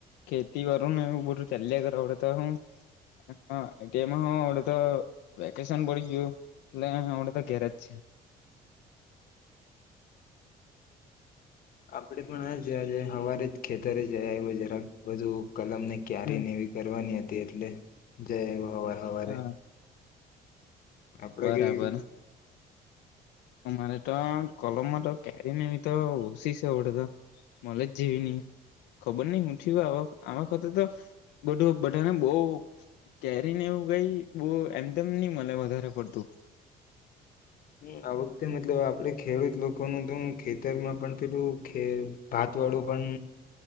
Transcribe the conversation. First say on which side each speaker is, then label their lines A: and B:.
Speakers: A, on the left; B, on the left.
A: ખેતી વારું ને એ બધું ચાલ્યા કરે આવડે તો હું <unintelligible> તેમહો અડે તો વેકેશન પડી ગ્યું એટલે હમડે તો ઘેરે જ છે.
B: આપડે પણ આજ જ હવારે જ ખેતરે એ જઈ આઈવો જરાક બધું કલમ ને ક્યારે
A: હમ
B: નેવી કરવાની હત એટલે જય આઈવો હવાર હવારે.
A: હા
B: આપડા
A: બરાબર.
B: ઘેર
A: અમારે તો કોલમમાં તો કેરીને એવી તો ઓસી છે <unintelligible> તો મળે જ જેવી ની, ખબર ની હું થયું આ વખ આ વખતે તો બધું બધાને બઉ કેરીને એવું કઈ બો એમ તેમ ની મલે વધારે. પડતું.
B: હમ્મ, આ વખતે મતલબ આપડે ખેડૂત લોકોનું તો ખેતરમાં પણ પેલું ખે ભાત વાળું પણ